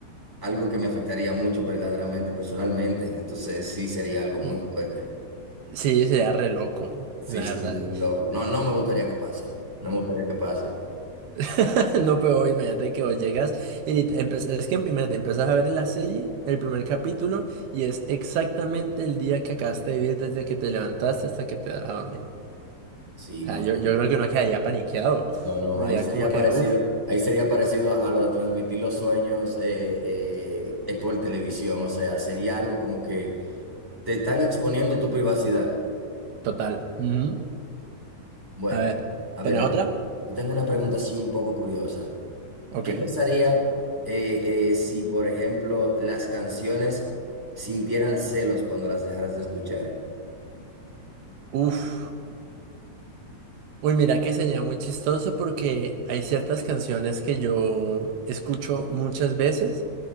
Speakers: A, in the centre; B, on the right.
A: algo que me afectaría mucho verdaderamente, personalmente. Entonces sí sería algo muy
B: Eh,
A: fuerte.
B: Sí, sería re loco,
A: Sí,
B: la
A: sí,
B: verdad.
A: muy loco. No,
B: Que-
A: no me gustaría que pase. No me gustaría que pase.
B: <laughs> No, pero imagínate que vos llegas y lit- empe- es que imagínate, empezás a ver la serie, el primer capítulo, y es exactamente el día que acabaste de vivir desde que te levantaste hasta que te vas a dormir.
A: Sí,
B: sea,
A: no.
B: yo,
A: no.
B: yo creo que uno quedaría paniqueado.
A: No, no,
B: Uno
A: ahí
B: diría
A: sería
B: como que,
A: parecido,
B: uff,
A: ahí sería parecido a, a lo de transmitir los sueños eh, eh, eh, por televisión, o sea, sería algo como que te están exponiendo tu privacidad.
B: total. Ujú.
A: Bueno,
B: A ver,
A: a
B: ¿tenés
A: ver, yo
B: otra?
A: tengo, yo tengo una pregunta así un poco curiosa.
B: Ok.
A: ¿Qué pasaría eh, eh, si, por ejemplo, las canciones sintieran celos cuando las dejaras de escuchar?
B: Uff. Uy, mira que sería muy chistoso porque hay ciertas canciones que yo escucho muchas veces.